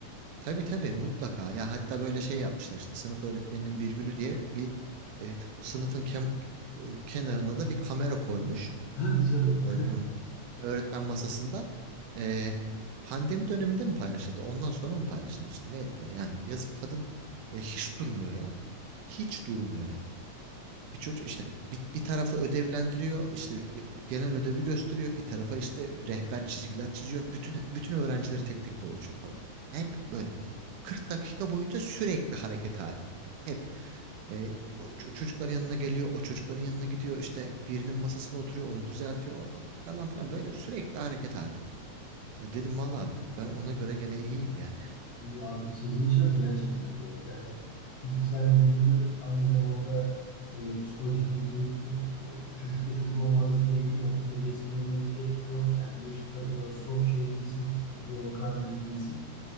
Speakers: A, on the right; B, on the left.
A: Tabii tabii mutlaka. Ya hatta böyle şey yapmışlar işte sınıf öğretmeninin bir günü diye bir e, o sınıfın kem- e, kenarına da bir kamera koymuş.
B: <laughs> Hadi canım.
A: Öğretmen öğretmen masasında e, pandemi döneminde mi paylaşıldı? Ondan sonra mı paylaşılmıştı? Neydi böyle yani? Yazık kadın e, hiç durmuyor ya. Hiç durmuyor yani. Bir çocuk işte bir, bir tarafı ödevlendiriyor, işte e, genel ödevi gösteriyor. Bir tarafa işte rehber çizgiler çiziyor. Bütün bütün öğrencileri tek tek dolaşıyor falan filan. Hep böyle 40 dakika boyunca sürekli hareket hali. Hep. E, o ç- çocukların yanına geliyor, o çocukların yanına gidiyor, işte birinin masasına oturuyor, onu düzeltiyor o- falan filan böyle sürekli hareket halinde. E, dedim valla ben ona göre gene iyiyim yani.
B: Ya abi sizin işiniz gerçekten zor. Yani fiziksel gücünüzü aynı zamanda e, psikolojinizi de tutup o çocukla çocuk olmanız gerekiyor. Onun seviyesine inmeniz gerekiyor. Kendi yaşıtlarınla
A: Hı.
B: soğuk şey değilsin. Bir bakar değilsin.